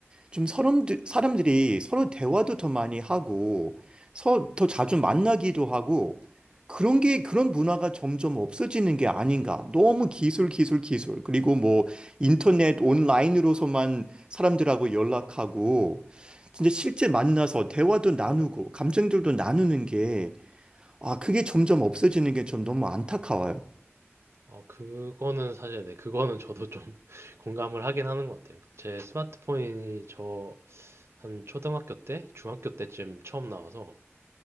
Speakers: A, on the right; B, on the right.
A: 좀 사람들, 사람들이 서로 대화도 더 많이 하고, 서, 더 자주 만나기도 하고, 그런 게, 그런 문화가 점점 없어지는 게 아닌가. 너무 기술, 기술, 기술. 그리고 뭐, 인터넷 온라인으로서만 사람들하고 연락하고, 진짜 실제 만나서 대화도 나누고, 감정들도 나누는 게, 아, 그게 점점 없어지는 게 전 너무 안타까워요.
B: 어, 그거는 사실, 네, 그거는 저도 좀 <laughs> 공감을 하긴 하는 것 같아요. 제 스마트폰이 저 한 초등학교 때, 중학교 때쯤 처음 나와서,